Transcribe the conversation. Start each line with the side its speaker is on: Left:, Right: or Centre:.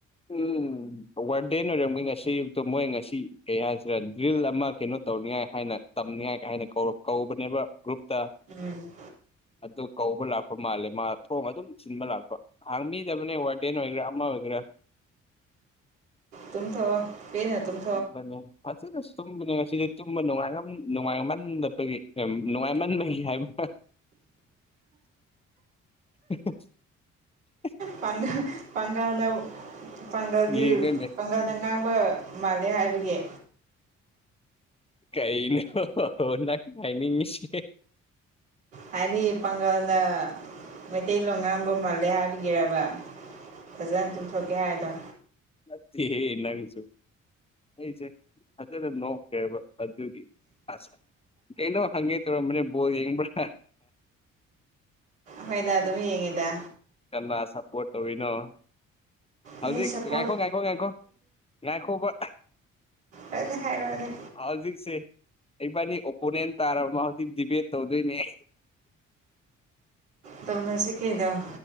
Left: ꯎꯝ ꯋꯥꯔꯗꯦꯟ ꯑꯣꯏꯔꯝꯕꯩ ꯃꯣꯏ ꯉꯁꯤ ꯑꯌꯨꯛꯇ ꯃꯣꯏ ꯉꯁꯤ ꯀꯩ ꯍꯥꯏꯁꯦ ꯗ꯭ꯔꯤꯜ ꯑꯃ ꯀꯩꯅꯣ ꯇꯧꯅꯤꯡꯉꯥꯏ ꯍꯥꯏꯅ ꯇꯝꯅꯤꯡꯉꯥꯏ ꯀ ꯍꯥꯏꯅ ꯀꯧꯕꯅꯦꯕ ꯒ꯭ꯔꯨꯞꯇ
Right: ꯎꯝ
Left: ꯑꯗꯨ ꯀꯧꯕ ꯂꯥꯛꯄ ꯃꯥꯜꯂꯦ ꯃꯥ ꯊꯣꯡ ꯑꯗꯨꯝ ꯊꯤꯟꯕ ꯂꯥꯛꯄ ꯍꯥꯡꯕꯤꯗꯕꯅꯦ ꯋꯥꯔꯗ‌ꯦꯟ ꯑꯣꯏꯒꯦꯔ ꯑꯃ ꯑꯣꯏꯒꯦꯔ
Right: ꯇꯨꯝꯊ‌ꯣꯛꯑꯣ ꯄ‌ꯦꯟꯅ ꯇꯨꯝ
Left: ꯃꯂꯣ ꯐꯖꯅꯁꯨ ꯇꯨꯝꯕꯅꯦ ꯉꯁꯤꯗꯤ ꯇꯨꯝꯕꯅꯨꯡꯉ ꯅꯨꯡꯉꯥꯏꯃꯟꯗꯕꯒꯤ ꯅꯨꯡꯉꯥꯏꯃꯟꯗꯈꯤ ꯍꯥꯏꯕ ꯍ
Right: ꯄꯥꯡꯒꯜ ꯄꯥꯡꯒꯜꯅ ꯄꯥꯡꯒꯜꯒꯤ
Left: ꯌꯦꯡꯉꯅꯦ
Right: ꯄꯥꯡꯒꯜꯅ ꯉꯥꯡꯕ ꯃꯥꯜꯂꯦ ꯍꯥꯏꯕꯒꯤ
Left: ꯀꯩꯅꯣ ꯅꯪꯅ ꯍꯥꯏꯅꯤꯡ ꯉꯤꯁꯤ
Right: ꯍꯥꯏꯗꯤ ꯄꯥꯡꯒꯜꯅ ꯃꯩꯇꯩꯂꯣꯟ ꯉꯥꯡꯕ ꯃꯥꯜꯂꯦ ꯍꯥꯏꯕꯤꯒꯤꯔꯕ ꯐꯖꯅ ꯇꯨꯝꯊꯣꯛꯀꯦ ꯍꯥꯏꯗꯣ
Left: ꯅꯠꯇꯦꯍꯦ ꯅꯪꯁꯨ ꯑꯩꯁꯦ ꯐꯖꯅ ꯅꯣꯛꯈ꯭ꯔꯦꯕ ꯑꯗꯨꯒꯤ ꯑꯁ ꯀꯩꯅꯣ ꯍꯪꯒꯦ ꯇꯔꯝꯕꯅꯦ ꯕꯣꯜ ꯌꯦꯡꯕ꯭ꯔꯥ
Right: ꯍꯣꯏꯗ ꯑꯗꯨꯝ ꯌꯦꯡꯉꯤꯗ
Left: ꯀꯅꯥ ꯁꯄꯣꯔꯠ ꯇꯧꯔꯤꯅꯣ ꯍꯧꯖꯤꯛ
Right: ꯑꯩ ꯁꯞꯄꯣꯔꯠ
Left: ꯉꯥꯏꯈꯣ ꯉꯥꯏꯈꯣ ꯉꯥꯏꯈꯣ ꯉꯥꯏꯈꯣꯕ
Right: ꯍꯣꯢꯅꯦ ꯍꯥꯏꯔꯣꯅꯦ
Left: ꯍꯧꯖꯤꯛꯁꯦ ꯏꯕꯥꯅꯤ ꯑꯣꯄꯣꯅꯦꯟ ꯇꯥꯔꯕ ꯍꯧꯖꯤꯛ ꯗꯤꯕꯦꯠ ꯇꯧꯗꯣꯏꯅꯦ ꯑꯩ
Right: ꯇꯧꯅꯁꯤ ꯀꯩꯅ‌ꯣ